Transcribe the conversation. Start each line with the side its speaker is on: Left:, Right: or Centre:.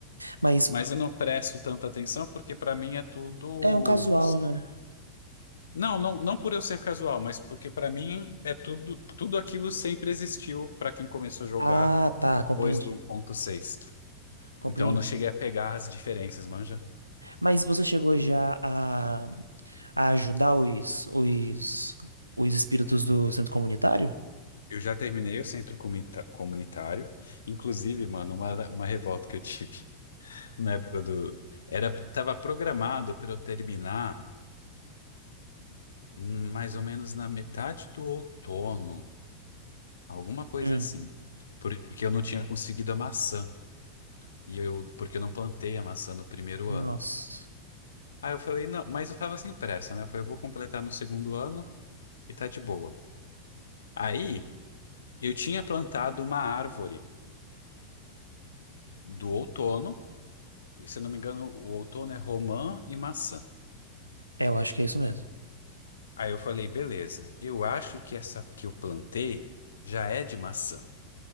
Right: Mas
Left: Mas eu não presto tanta atenção, porque pra mim é tudo...
Right: é um casual, né?
Left: Não, não, não por eu ser casual, mas porque pra mim é tudo, tudo aquilo sempre existiu pra quem começou a jogar
Right: Ah, tá,
Left: depois
Right: compreendi.
Left: do 1.6.
Right: Compreendi.
Left: Então eu não cheguei a pegar as diferenças, manja?
Right: Mas você chegou já a, a ajudar os, os, os espíritos do centro comunitário?
Left: Eu já terminei o centro comita- comunitário. Inclusive, mano, uma, uma revolta que eu tive <laughs> na época do. Era, tava programado para eu terminar hum, mais ou menos na metade do outono, alguma coisa
Right: Hum.
Left: assim. Porque eu não tinha conseguido a maçã. E eu, porque eu não plantei a maçã no primeiro
Right: Nossa.
Left: ano. Aí eu falei, não, mas eu tava sem pressa, né? Eu falei, eu vou completar no segundo ano e tá de boa. Aí eu tinha plantado uma árvore do outono. se eu não me engano, o outono é romã e maçã.
Right: É, eu acho que é isso mesmo.
Left: Aí eu falei, beleza, eu acho que essa que eu plantei já é de maçã.